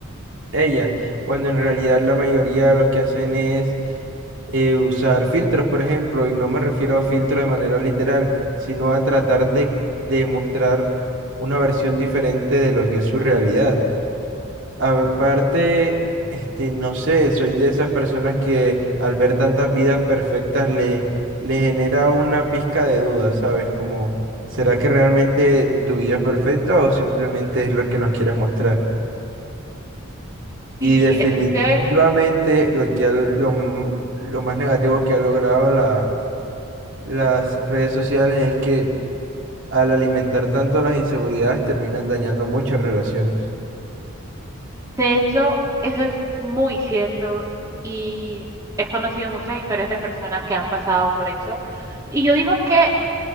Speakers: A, on the right; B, on the right.
A: ellas, cuando en realidad la mayoría lo que hacen es eh, usar filtros, por ejemplo, y no me refiero a filtros de manera literal, sino a tratar de demostrar una versión diferente de lo que es su realidad. Aparte, este, no sé, soy de esas personas que al ver tantas vidas perfectas le, le genera una pizca de duda, ¿sabes? Como, ¿será que realmente tu vida es perfecta o simplemente es lo que nos quieres mostrar? Y
B: Y
A: definitivamente
B: es que,
A: lo que ha- lo, m- lo más negativo que ha logrado la- las redes sociales es que al alimentar tanto las inseguridades terminan dañando muchas relaciones.
B: de hecho, eso es muy cierto y he conocido muchas historias de personas que han pasado por eso. Y yo digo que